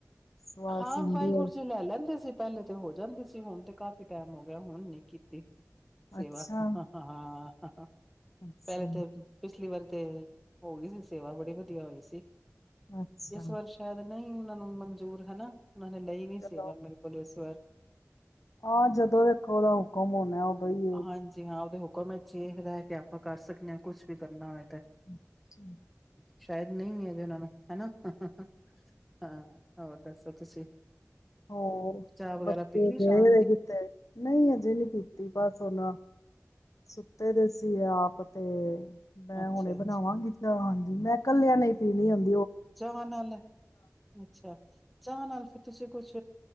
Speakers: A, on the left; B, in the centre.
A: ਸਵਾ
B: ਹਾਂ
A: ਸੀਂਦੀ
B: ਵਾਹਿਗੁਰੂ
A: ਹੈ
B: ਜੀ ਲੈ ਲੈਂਦੇ ਸੀ ਪਹਿਲੇ ਤੇ ਹੋ ਜਾਂਦੇ ਸੀ ਹੁਣ ਤੇ ਕਾਫ਼ੀ ਟਾਈਮ ਹੋ ਗਿਆ ਹੁਣ ਨ ਕੀਤੀ। ਸੇਵਾ
A: ਅੱਛਾ
B: ਹਾਂ। ਹਾਂ ਹਾਂ।
A: ਅੱਛਾ
B: ਪਹਿਲੇ ਤਾਂ ਪਿਛਲੀ ਵਾਰ ਤੇ ਹੋ ਗਈ ਸੀ ਸੇਵਾ ਬੜੀ ਵਧੀਆ ਹੋਈ ਸੀ।
A: ਅੱਛਾ।
B: ਇਸ ਵਾਰ ਸ਼ਾਇਦ ਨਹੀਂ ਉਹਨਾਂ ਨੂੰ ਜ਼ੂਰ ਹਨਾ। ਉਹਨਾਂ ਨੇ ਲਈ ਨੀ ਸੇਵਾ
A: ਚਲੋ
B: ਮੇਰੇ ਕੋਲ ਇਸ ਵਾਰ।
A: ਹਾਂ ਜਦੋਂ ਵੇਖੋ ਉਹਦਾ ਹੁਕਮ ਹੋਣਾ ਹੀ
B: ਹਾਂਜੀ ਹਾਂ ਉਹਦੇ ਹੂ ਮ ਵਿੱਚ ਹੀ ਰਹਿ ਕੇ ਆਪਾਂ ਕਰ ਸਕਦੇ ਹਾਂ ਕੁਛ ਵੀ ਕਰਨਾ ਹੋਏ ਤੇ।
A: <inaudible>
B: ਸ਼ਾਇਦ ਨਹੀਂ <unintelligible> ਉਹਨਾਂ ਨੂੰ ਹਨਾ। ਹਾਂ। ਹੋਰ ਦੱਸੋ ਤੁਸੀਂ।
A: ਹੋਰ
B: ਚਾਹ ਵਗੈਰਾ
A: ਬੱਚੇ
B: ਪੀ ਲਈ
A: ਗਏ
B: ਸ਼ਾਮ
A: ਹੋਏ
B: ਦੀ
A: ਕਿਤੇ, ਨਹੀਂ ਹਜੇ ਨਹੀਂ ਪੀਤੀ ਬਸ ਸੁੋ ਸੁੱਤੇ ਦੇ ਸੀ ਆਪ ਤੇ ਮੈਂ
B: ਅੱਛਾ
A: ਹੁਣੇ ਬਣਾਵਾਂਗੀ।
B: ਅੱਛਾ
A: ਹਾਂਜੀ ਮੈਂ ਕੱਲਿਆਂ ਨਹੀਂ ਪੀਣੀ ਹੁੰ
B: ਚਾਹ ਨਾਲ ਅੱਛਾ ਚਾਹ ਨਾਲ ਫ ਤੁਸੀਂ ਕੁਛ